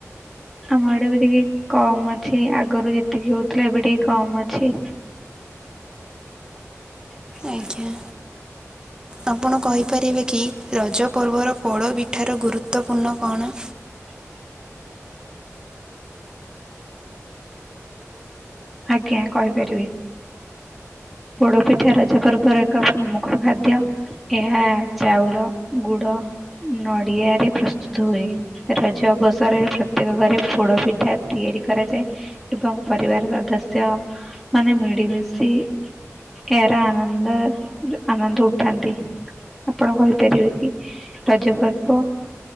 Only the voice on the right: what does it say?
ଆଜ୍ଞା। ଆପଣ କହିପାରିବେ କି ରଜ ପର୍ବର ପୋଡ଼ ପିଠାର ଗୁରୁତ୍ୱପୂର୍ଣ୍ଣ କଣ?